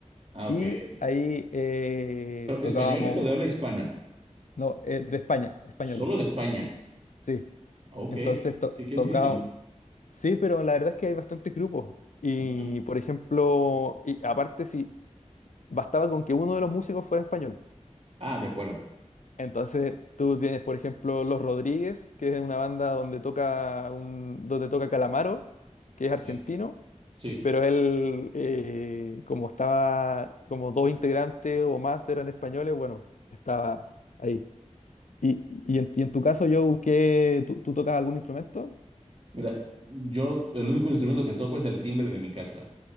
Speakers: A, on the right (about 50°); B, on the left (about 80°).
A: Ah,
B: Y
A: ok.
B: ahí eh,
A: ¿Pero
B: tocábamos,
A: ¿Españoles o de habla hispana?
B: no, eh, de España, españoles,
A: Solo de España.
B: sí.
A: Ok,
B: Entonces to-
A: qué, qué
B: tocaba,
A: difícil.
B: sí, pero la verdad es que hay bastantes grupos. Y
A: ¿no? Ajá.
B: por ejemplo, y aparte si bastaba con que uno de los músicos fuera español.
A: Ah, de acuerdo.
B: Entonces tú tienes, por ejemplo, Los Rodríguez, que es una banda donde toca un, donde toca Calamaro, que es argentino,
A: Sí, sí.
B: pero él, eh, como estaba, como dos integrantes o más eran españoles, bueno, estaba ahí. Y, y en, y en tu caso, Joe, ¿qué, tú, tú tocas algún instrumento?
A: Mira, yo el único instrumento que toco es el timbre de mi casa.